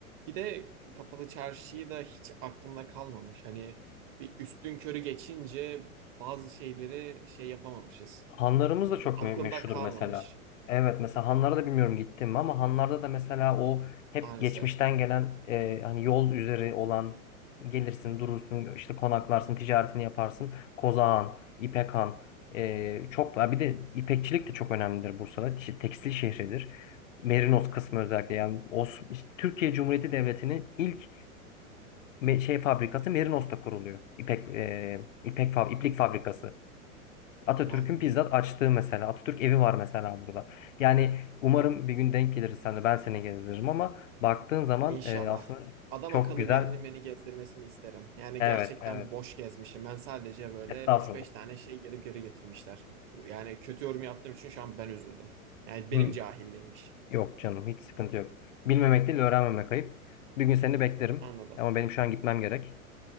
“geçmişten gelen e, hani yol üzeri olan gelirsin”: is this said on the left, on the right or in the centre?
Left